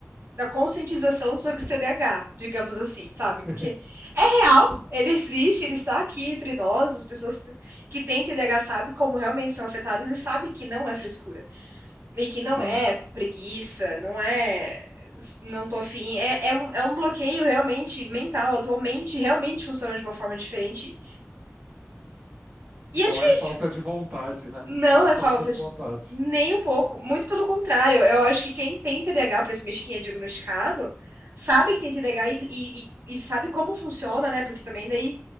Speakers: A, on the right (about 45°); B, on the right (about 20°).
A: da conscientização sobre o TDAH, digamos assim, sabe?
B: <laughs>
A: Porque é real, ele existe, ele está aqui entre nós, as pessoas que têm TDAH sabem como realmente são afetadas e sabem que não é frescura. E que não
B: Sim.
A: é preguiça, não é não tô afim, é, é, um, é um bloqueio realmente mental, a tua mente realmente funciona de uma forma diferente. E
B: Não
A: é difícil.
B: é falta de vontade, né?
A: Não
B: Não é
A: é
B: falta
A: falta
B: de
A: de
B: vontade.
A: nem um pouco, muito pelo contrário. Eu acho que quem tem T D TDAH, principalmente quem é diagnosticado, sabe que tem T TDAH e, e, e sabe como funciona, né? Porque também daí